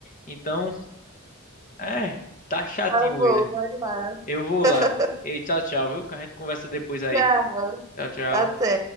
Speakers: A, on the left (about 40°); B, on the right (about 15°).
A: Então. É, tá chatinho
B: Tá bom,
A: ele.
B: vai lá.
A: Eu vou
B: <laughs>
A: lá. Ei, tchau, tchau, viu? Que a gente conversa depois aí.
B: Tchau,
A: Tchau, tchau.
B: até.